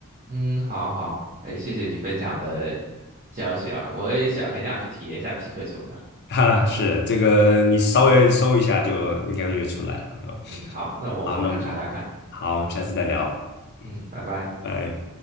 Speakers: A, on the right; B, on the left.
A: 嗯，好好，哎，谢谢你分享的消息啊，我也想很想去体验一下匹克球呢，
B: <laughs> 哈，是这个，你稍微搜一下就应该就会出来了啊。
A: 嗯，好，那我晚上查查看，
B: 好，那么好，我们下次再聊，
A: 嗯，
B: 嗯，
A: 拜拜。
B: 拜。